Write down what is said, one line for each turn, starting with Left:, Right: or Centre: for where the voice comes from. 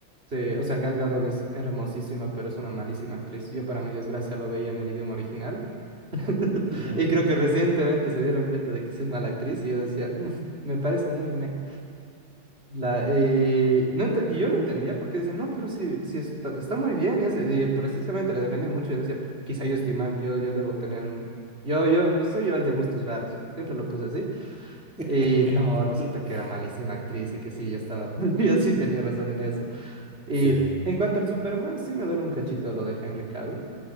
Right: Sí, o sea, Gal Gadot es hermosísima, pero es una malísima actriz. Yo, para mi desgracia, lo veía en el idioma original. <laughs>
Centre: Ujú.
Right: Y creo que recientemente se dieron cuenta de que sí es mala actriz. Y yo decía, "Mm, me parece muy meh". La, eh, no ente- y yo no entendía por qué decía, no, pero sí, sí está, está muy bien. Y, hace- y precisamente la defendía mucho. Yo decía, quizá yo estoy mal, yo, yo debo tener un. Yo, yo, yo soy yo el de gustos raros. Siempre lo puse así.
Centre: <laughs>
Right: Y no, resulta que era malísima actriz y que sí, ya estaba. <laughs> Yo sí tenía razón en eso. Y
Centre: Sí.
Right: en cuanto al Superman, sí me duele un cachito lo de Henry Cavill.